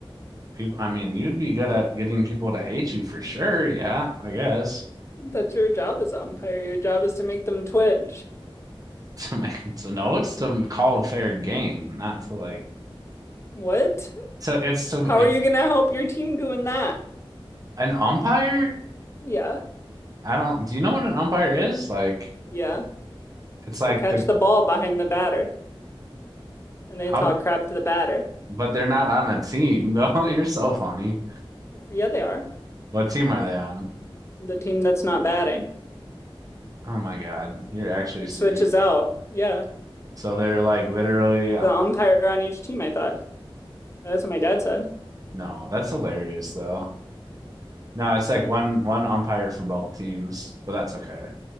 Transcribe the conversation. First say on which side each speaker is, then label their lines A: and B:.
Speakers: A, on the right; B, on the left.
A: people. I mean, you'd be good at getting people to hate you for sure. Yeah, I guess
B: That's your job as umpire. Your job is to make them twitch.
A: <laughs> to make to know it's to call a fair game, not to like.
B: What?
A: So it's to
B: How
A: uh,
B: are you gonna help your team doing that?
A: an umpire.
B: Yeah,
A: I don't. Do you know what an umpire is? Like
B: yeah.
A: it's like
B: They catch
A: the
B: the ball behind the batter and
A: how.
B: they talk
A: do-
B: crap to the batter.
A: But they're not on a team though. <laughs> You're so funny.
B: Yeah, they are.
A: What team are they on?
B: The team that's not batting.
A: Oh my God, you're actually
B: It
A: serious.
B: switches out. Yeah.
A: So they're like literally.
B: There's an umpire on each team, I thought. That's what my dad said.
A: No, that's hilarious though. No, it's like one one umpire for both teams, but that's okay.